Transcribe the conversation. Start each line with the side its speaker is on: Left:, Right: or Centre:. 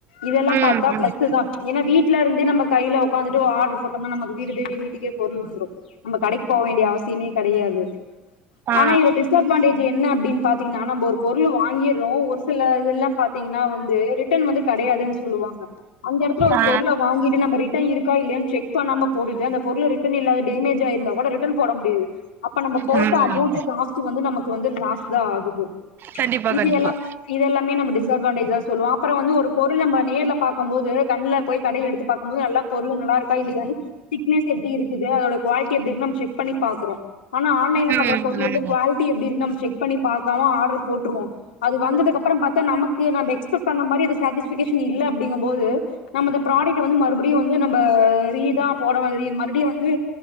Left: இதெல்லா
Right: ம்
Left: பாத்தா
Right: ம்
Left: பிளஸ்சுதா ஏனா வீட்டுல இருந்தே நம்ப கையில இதுவு ஆடர் போட்டமா நமக்கு வீடு தேடி வீட்டுக்கே பொருள் வந்துறு நம்ப கடைக்கு போ வேண்டிய அவசியமே கெடையாது
Right: ஆ
Left: ஆனா இதுல டிஸ்அட்வான்டேஜ் என்ன அப் ப்படின் பாத்தீங்ன்னா நம்ப ஒரு பொருள் வாங்கியறோ ஒரு சில இது எல்லா பாத்தீங்கன்னா வந்து ரிட்டர்ன் வந்து கெடையாதுன்னு சொல்லுவாங்க அந்த எடத்துல ஒரு
Right: ஆ
Left: பொருள வாங்கிட்டு நம்ப ரிட்டர்ன் இருக் க்கா இல்லையானு செக் பண்ணாம போடுட்டு அந்த பொருள ரிட்டன் இல்ல அத டேமேஜ் ஆ இருந்தா கூட ரிட் ட்டன் போட முடியாது அப்ப நம்ம போட்ட
Right: ம்
Left: அமௌண்ட் காஸ்டு வந்து நமக்கு வந்து லாஸ்தா ஆகுது
Right: கண்டிப்பா
Left: இசி
Right: கண்டிப்பா
Left: எல்லா இது எல்லாமே நம்ம டிஸ் டிஸ்அட்வான்டேஜ்ஜா சொல்லுவ அப்பறம் வந்து ஒரு பொருள் நம்ப நேர்ல பாக்கம் போது கண்ல போய் கடைல எடுத்து பாக்கும்போது நல்லா பொருளு நல்லா இருக்கா இல்லையானு திக்னஸ் எப்டி இருக்குது அதோட குவால்ட்டி எப்டி இருக்குதுனு நம்ம செக் பண்ணி பாக்குறோ ஆனா ஆன்லைன்ல
Right: ம்
Left: பாக்கற பொருள் வந்து
Right: ம்
Left: குவாலிட்டி எப்பிடி இருக்குனு நம்ம செக் பண்ணி பாக்காம ஆர்டர் போட்டுருவோம் அது வந்ததுக்கப் ப்பறம் பாத்தா நமக்கு நம்ப எக்ஸ்பெக்ட் பண்ண மாரி இது சேட்டிபிகேஷன் இல்ல அப்படிங்கபோது நம்ப அந்த ப்ராடைக்ட்ட வந்து மறுபடியு வந்து நம்ப ரீதா போடற மாறி மறுபடியு வந்து